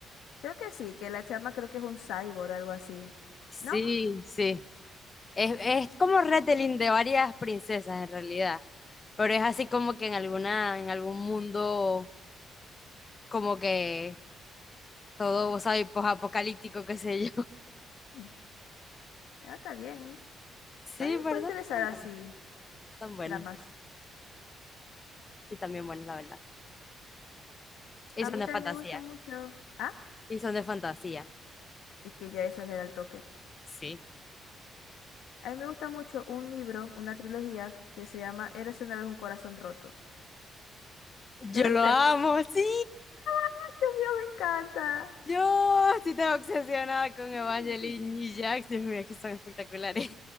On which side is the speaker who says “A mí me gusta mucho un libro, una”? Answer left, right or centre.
Left